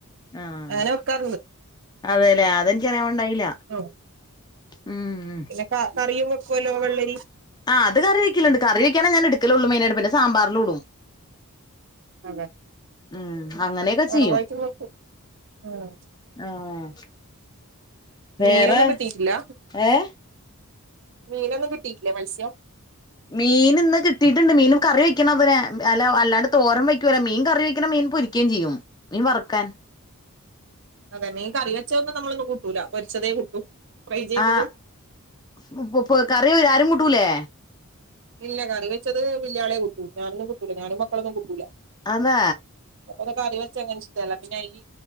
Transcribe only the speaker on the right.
എങ്ങനെ വെക്കാ
ഉം
പിന്നെ കറിയും വെക്കുവല്ലോ വെള്ളരി
അതെ
കുറവായിട്ട്
വെക്കും ഉം
മീനൊന്നും കിട്ടിട്ടില്ല
മീനൊന്നും കിട്ടീട്ടില്ല ഇന്ന് മത്സ്യം
അതെ മീൻ കറി വെച്ചതൊന്നും നമ്മളൊന്നും കൂട്ടൂല്ല പൊരിച്ചതേ കൂട്ടൂ ഫ്രൈ ചെയ്തത്
ഇല്ല കറി വെച്ചത് വല്യാളെ കൂട്ടൂ ഞാനൊന്നും കൂട്ടുല്ല ഞാനും മക്കളൊന്നും കൂട്ടൂല
ഇവിടെ കറി വെച്ചത് അങ്ങനെ ഇഷ്ടല്ല പിന്നെ ഈ